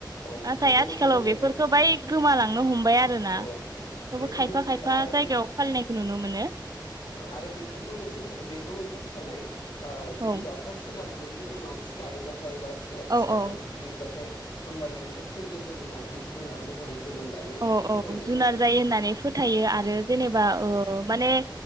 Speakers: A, on the left; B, on the right.
A: औ
B: नाथाय
A: बेबो
B: आथिखालाव
A: मोनसे फोथायनाय
B: बेफोरखौ बाय गोमालांनो हमबाय आ <unintelligible> आरोना
A: औ
B: थेवबो
A: बेफोरखौ
B: खायफा
A: जे
B: खायफा
A: आरो
B: जायगायाव
A: बे
B: फालिनायखौ नुनो मोनो।
A: आरो बेफोरबो मोनसे फो बेबो मोनसे फोथायनाय ओ जुदि
B: औ
A: दाउखा सिला नुनायनि उनाव सिखारोबाद थाय बा सिखा
B: औ
A: सिखारनानै
B: औ
A: दुगैयोबाथाय होमबानाय माने फैगो जोनोमाव बे जुनार महरै जोनोम लायो होननानै
B: औ
A: फोथायनाय
B: औ जुनार
A: दङो
B: जायो होननानै फोथायो आरो जेनेबा ओ माने